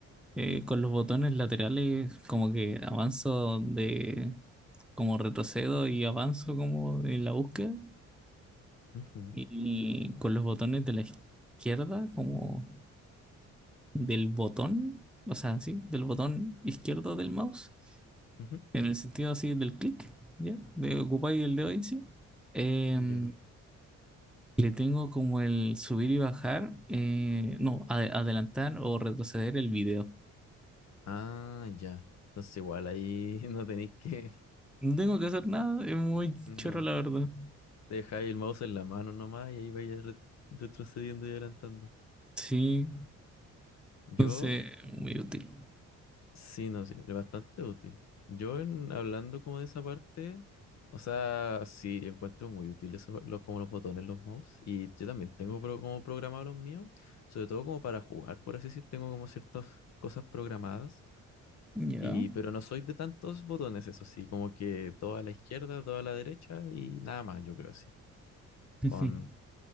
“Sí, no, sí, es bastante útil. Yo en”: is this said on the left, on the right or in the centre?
Left